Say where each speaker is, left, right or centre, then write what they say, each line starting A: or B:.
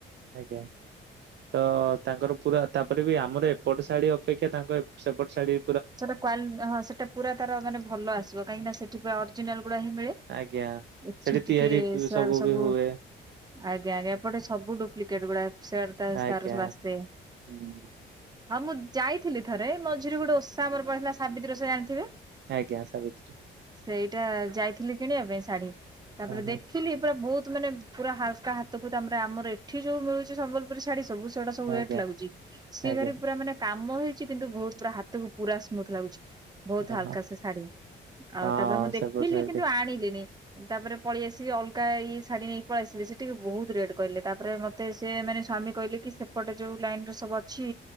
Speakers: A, on the right; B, on the right.
A: ଆଜ୍ଞା। ତ ତାଙ୍କର ପୁରା ତାପରେ ବି ଆମର ଏପଟ ଶାଢ଼ୀ ଅପେକ୍ଷା ତାଙ୍କ ଏପ ସେପଟ ଶାଢ଼ୀ
B: ସେଟା କ୍ୱାଲ ହଁ ସେଟା ପୁରା ତାର ମାନେ ଭଲ ଆସିବ କାହିଁକିନା ସେଠି ପା ଅରିଜିନାଲ ଗୁଡା ହିଁ ମିଳେ।
A: ଆଜ୍ଞା
B: ଏଠି
A: ସେଠି ତିଆରି
B: ଟିକେ ସାର୍ ସବୁ
A: ବି ହୁଏ।
B: ଆଜ୍ଞା ଆଜ୍ଞା ଏପଟେ ସବୁ ଡୁପ୍ଲିକେଟ ଗୁଡା ଏ ସେଆର ତା
A: ଆଜ୍ଞା
B: ତାର ସବୁ ଆସେ।
A: ହୁଁ
B: ହଁ ମୁଁ ଯାଇଥିଲି ଥରେ ମଝିରେ ଗୋଟେ ଓଷା ଆମର ପଡ଼ିଥିଲା ସାବିତ୍ରୀ ଓଷା ଜାଣିଥିବେ?
A: ଆଜ୍ଞା ସାବିତ୍ରୀ।
B: ସେଇଟା ଯାଇଥିଲି କିଣିବା ପାଇଁ ଶାଢୀ ତାପରେ
A: ହଁ
B: ଦେଖି
A: ହଁ
B: ଖିଲି ପୁରା ବହୁତ୍ ମାନେ ପୁରା ହାଲ୍କା ହାତକୁ ତାମରେ ଆମର ଏଠି ଯୋଉ ମିଳୁଛି ସମ୍ବଲ ପୁରୀ ଶାଢୀ ସବୁ ସେଗୁଡା ସବୁ
A: ଆଜ୍ଞା
B: ୱେଟ୍ ଲାଗୁଛି ସିଏ
A: ଆଜ୍ଞା।
B: ଭାରି ପୁରା ମାନେ କାମ ହେଇଛି କିନ୍ତୁ ବହୁତ ପୁରା ହାତକୁ ପୁରା ସ୍ମୁଥ୍ ଲାଗୁଛି। ବହୁତ
A: ଓହୋ
B: ହାଲକା ସେ ଶାଢୀ ଆଉ
A: ହଁ
B: ତାପରେ ମୁଁ ଦେଖିଲି
A: ସେପଟ ସାଇଡ
B: କିନ୍ତୁ ଆଣିଲିନି। ତାପରେ ପଳେଇ ଆସିଲି ଅଲଗା ଇଏ ଶାଢୀ ନେଇ ପଳେଇ ଆସିଲି ସେ ଟିକେ ବହୁତ ରେଟ୍ କହିଲେ ତାପରେ ମତ ତେ ସେ ମାନେ ସ୍ଵାମୀ କହିଲେ କି ସେପଟେ ଯୋଉ ଲାଇନ୍ ରେ ସବୁ ଅଛି